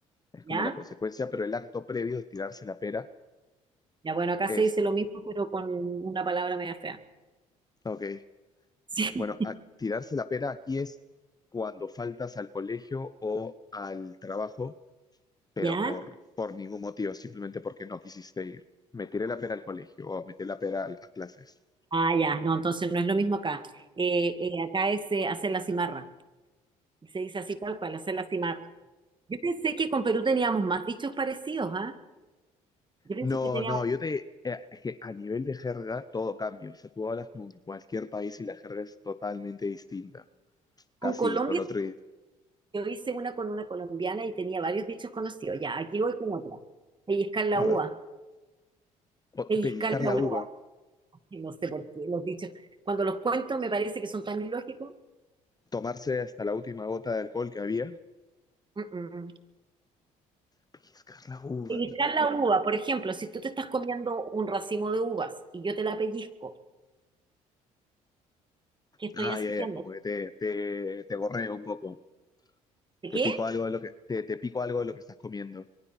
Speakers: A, on the left; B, on the right.
A: es
B: ¿ya?
A: como la consecuencia, pero el acto previo de tirarse la pera
B: Ya, bueno, acá
A: es,
B: se dice lo mismo, pero con una palabra media fea.
A: ok,
B: Sí.
A: bueno, a- tirarse la pera aquí es cuando faltas al colegio o al trabajo, pero
B: ¿Ya?
A: por, por ningún motivo, simplemente porque no quisiste ir. Me tiré la pera al colegio o me tiré la pera a a clases.
B: Ah, ya, no, entonces no es lo mismo acá. Eh, eh, acá es eh, hacer la cimarra. Se dice así tal cual, hacer la cimarra. Yo pensé que con Perú teníamos más dichos parecidos, ¿ah? Yo pensé
A: No,
B: que teníamos
A: no, yo te... eh, es que a nivel de jerga todo cambia. O sea, tú hablas con cualquier país y la jerga es totalmente distinta. Casi
B: con Colombia.
A: que con otro...
B: Yo hice una con una colombiana y tenía varios dichos conocidos. Ya, aquí voy con otra. Pellizcar la
A: A
B: uva,
A: ver, o-
B: pellizcar
A: pellizcar
B: la
A: la
B: uva.
A: uva,
B: No sé por qué los dichos. Cuando los cuento me parece que son tan ilógicos.
A: tomarse hasta la última gota de alcohol que había.
B: Mm, mm, mm.
A: Pellizcar la uva.
B: Pellizcar la uva, por ejemplo, si tú te estás comiendo un racimo de uvas y yo te la pellizco, ¿qué estoy
A: Ah,
B: haciendo?
A: ya, ya, como que te, te, te gorreo un poco.
B: ¿De
A: Te
B: qué?
A: pico algo de lo que, te, te pico algo de lo que estás comiendo.